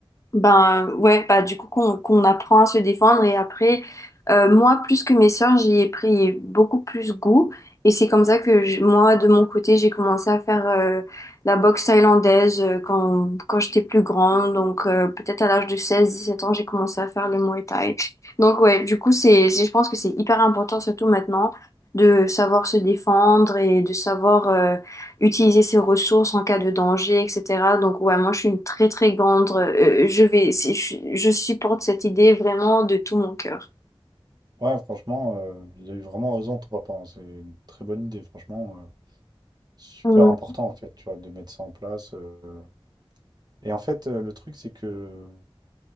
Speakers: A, on the left; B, on the right.
A: ben euh, ouais, bah du coup qu'on qu'on apprend à se défendre et après euh, moi plus que mes sœurs, j'y ai pris beaucoup plus goût et c'est comme ça que je- moi de mon côté, j'ai commencé à faire euh, la boxe thaïlandaise euh, quand quand j'étais plus grande, donc euh, peut-être à l'âge de seize dix-sept ans, j'ai commencé à faire le Muay Thai. Donc ouais, du coup c'est c'est- je pense que c'est hyper important surtout maintenant de savoir se défendre et de savoir euh, utiliser ses ressources en cas de danger, etc. Donc, ouais, moi, je suis une très, très grande. euh, je vais, si- je, je supporte cette idée vraiment de tout mon cœur.
B: Ouais, franchement, euh, il a eu vraiment raison, ton papa. hein. C'est une très bonne idée, franchement. euh, super
A: Mm.
B: important en fait, tu vois, de mettre ça en place. euh. Et en fait, euh, le truc, c'est que,